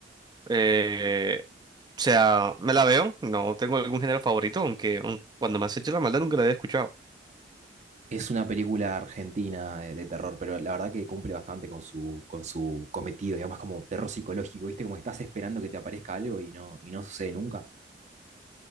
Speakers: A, on the right (about 25°); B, on the right (about 40°).
A: Eh, o sea, me la veo, no tengo algún género favorito, aunque aun- cuando me has hecho la maldad nunca la había escuchado.
B: Es una película argentina eh, de terror, pero la verdad que cumple bastante con su, con su cometido, digamos, como terror psicológico, ¿viste? Como estás esperando que te aparezca algo y no, y no sucede nunca.